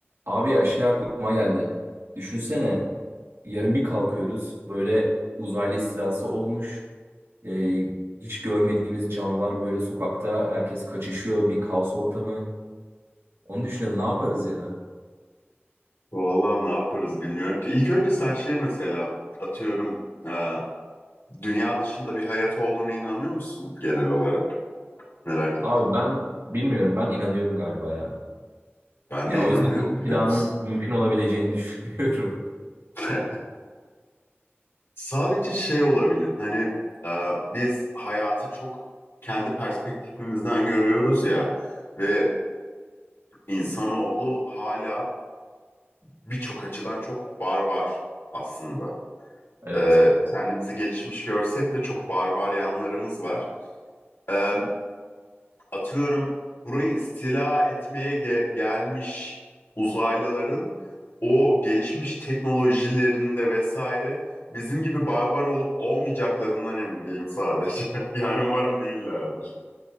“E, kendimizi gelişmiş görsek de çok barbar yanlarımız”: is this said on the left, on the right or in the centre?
Left